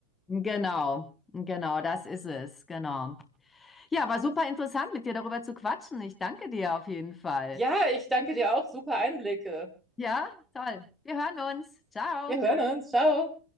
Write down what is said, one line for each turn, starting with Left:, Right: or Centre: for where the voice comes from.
Left: Genau, genau, das ist es, genau. Ja, war super interessant, mit dir darüber zu quatschen. Ich danke dir auf jeden Fall.
Centre: Ja, ich danke dir auch. Super Einblicke.
Left: Ja, toll. Wir hören uns. Ciao.
Centre: Wir hören uns. Ciao.